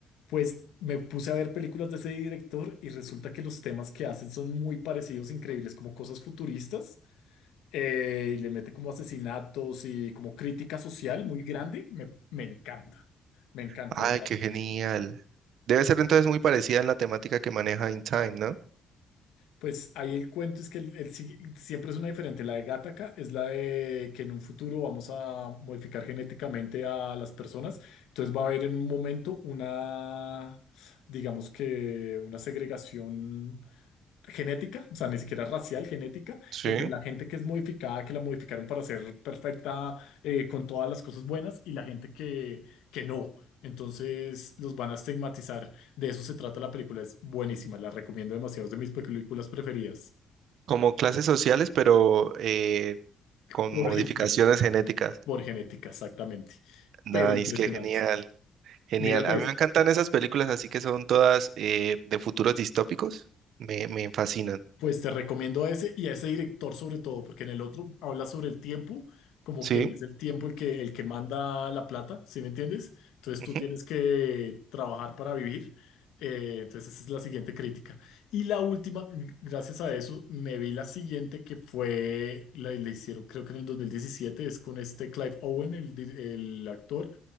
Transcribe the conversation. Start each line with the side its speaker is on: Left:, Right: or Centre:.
Left: Pues me puse a ver películas de ese director y resulta que los temas que hacen son muy parecidos, increíbles, como cosas futuristas, eh, y le mete como asesinatos y como crítica social muy grande. Me, me encanta, me encanta.
Right: Ay, qué genial. Debe ser entonces muy parecida en la temática que maneja In Time, ¿no?
Left: Pues ahí el cuento es que el- el sí- siempre es una diferente. La de Gattaca es la de que en un futuro vamos a modificar genéticamente a las personas. Entonces va a haber en un momento una, digamos que una segregación genética, o sea, ni siquiera racial, genética,
Right: Sí.
Left: entre la gente que es modificada, que la modificaron para ser perfecta, eh, con todas las cosas buenas, y la gente que, que no. Entonces los van a estigmatizar. De eso se trata la película. Es buenísima. La recomiendo demasiado. Es de mis películas preferidas.
Right: Como clases sociales, pero eh, con
Left: Por
Right: modificaciones
Left: genética,
Right: genéticas.
Left: por genética, exactamente.
Right: Nice,
Left: Pero impresionante.
Right: qué genial, genial.
Left: Mírate
Right: A mí
Left: eso.
Right: me encantan esas películas así que son todas eh, de futuros distópicos. Me, me fascinan.
Left: Pues te recomiendo a ese y a ese director sobre todo, porque en el otro habla sobre el tiempo, como
Right: Sí.
Left: que es el tiempo el que, el que manda la plata, ¿sí me entiendes? Entonces
Right: ujú,
Left: tú tienes que trabajar para vivir. Eh, entonces esa es la siguiente crítica. Y la última, gracias a eso, me vi la siguiente que fue, la, la hicieron creo que en el 2017, es con este Clive Owen, el, di- el actor,